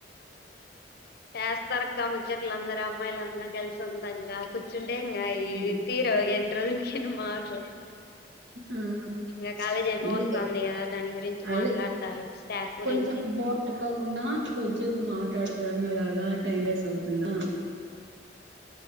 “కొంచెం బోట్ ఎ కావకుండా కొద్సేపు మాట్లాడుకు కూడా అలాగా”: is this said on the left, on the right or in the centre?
Right